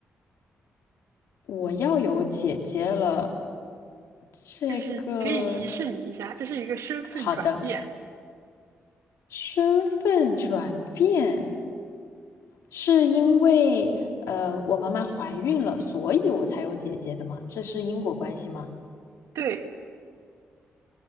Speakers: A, on the left; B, on the right.
A: 我要有姐姐了，这个
B: 就是可以提示你一下，这是一个身份转变，
A: 好的身份转变，是因为呃我妈妈怀孕了，所以我才有姐姐的吗？这是因果关系吗？
B: 对，